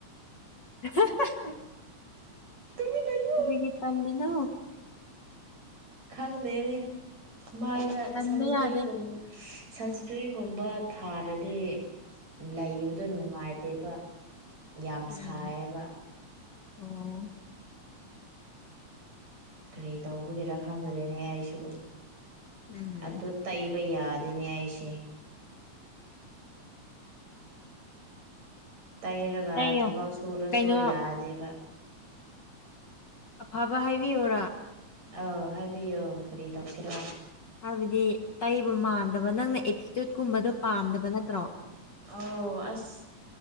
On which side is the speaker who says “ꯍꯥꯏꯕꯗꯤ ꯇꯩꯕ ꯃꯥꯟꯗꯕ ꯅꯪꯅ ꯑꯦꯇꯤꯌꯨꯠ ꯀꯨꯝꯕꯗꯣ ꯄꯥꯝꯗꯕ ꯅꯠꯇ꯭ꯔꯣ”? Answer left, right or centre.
Left